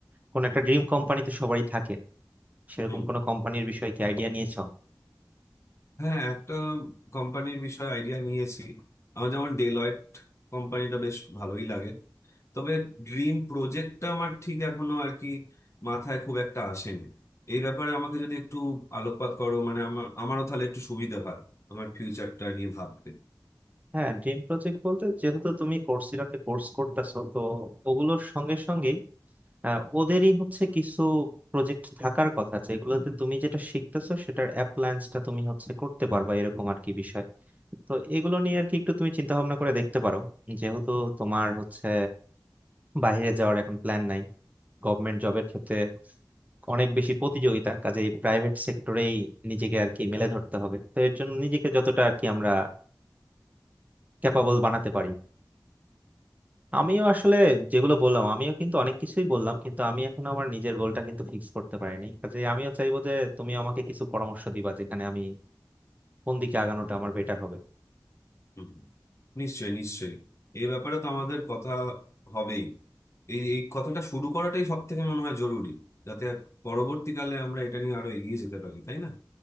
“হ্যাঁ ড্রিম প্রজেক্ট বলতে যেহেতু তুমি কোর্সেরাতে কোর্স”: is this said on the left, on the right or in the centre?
Right